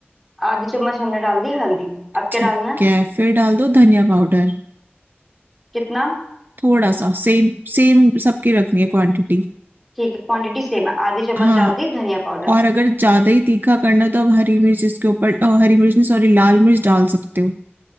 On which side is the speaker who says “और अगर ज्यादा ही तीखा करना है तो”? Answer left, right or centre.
Right